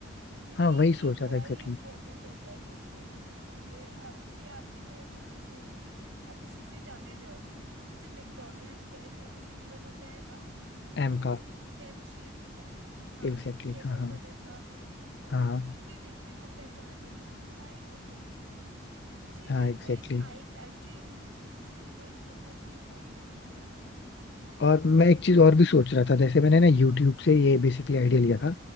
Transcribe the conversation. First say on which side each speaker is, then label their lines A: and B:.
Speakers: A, on the right; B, on the left.
A: क्योंकि
B: हाँ
A: ये
B: वही सोच
A: बड़ा
B: रहा था एग्जैक्टली
A: ही इम्पोर्टेंट होता है किसी भी बिजनेस के लिए अ, ये आपकी पहचान रहेगी आप इसी से जाने जाओगे जैसे मैकडोनल्ड्स का ऐसे वो सिंबल होता है ना
B: एम का
A: एम शेप का हाँ
B: एग्जैक्टली
A: येलो
B: हाँ हाँ
A: कलर का वो
B: हाँ
A: हम कहीं भी देखें हम पहचान जाएंगे कि हाँ ये मैकडोनल्ड्स है उसी
B: हाँ
A: टाइप
B: एग्जैक्टली
A: का एक आई कैचिंग सिंबल बहुत ही इम्पोर्टेंट होता है
B: और मैं एक चीज और भी सोच रहा था जैसे मैंने ना यूट्यूब से ये बेसिकली आइडिया लिया था